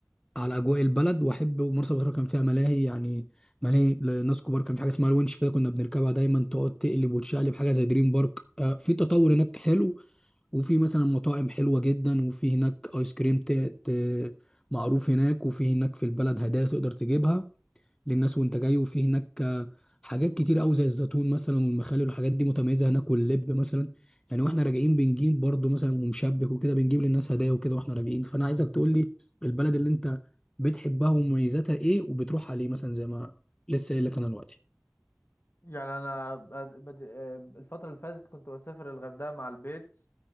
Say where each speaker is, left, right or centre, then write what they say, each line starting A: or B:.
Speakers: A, on the left; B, on the left.
A: على اجواء البلد واحب ومرسى مطروح كان فيها ملاهي يعني ملاهي لناس كبار كان في حاجه اسمها الونش كده كنا بنركبها دايما تقعد تقلب وتشقلب حاجه زي دريم بارك آه، في تطور هناك حلو وفي مثلا مطاعم حلوه جدا وفي هناك ايس كريم ت- ت- معروف هناك وفي هناك في البلد هدايا تقدر تجيبها للناس وانت جاي وفي هناك آه، حاجات كتير قوي زي الزيتون مثلا والمخلل والحاجات دي متميزه هناك واللب مثلا يعني واحنا راجعين بنجيب برضو مثلا ومشبك وكده بنجيب للناس هدايا وكده واحنا راجعين فانا عايزك تقول لي البلد اللي انت بتحبها ومميزاتها ايه وبتروح عليه مثلا زي ما لسه قايل لك انا دلوقتي
B: يعني انا بد... بد... آه، الفترة اللي فاتت كنت بسافر الغردقة مع البيت